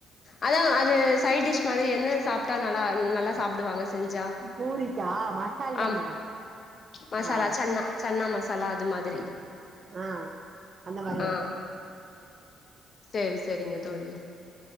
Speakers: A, on the left; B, on the right.
A: அதா அது சைடிஷ் மாரி என்ன சாப்ட்டா நல்லா நல்லா சாப்டுவாங்க செஞ்சா
B: பூரிக்கா மசால் தா
A: ஆமா
B: மேடம்
A: மசாலா
B: ஆ
A: சென்னா சென்னா மசாலா அது மாதிரி
B: ஆ அந்த மாரி
A: ஆ
B: வைப்பே
A: சேரி செரிங்க தோழி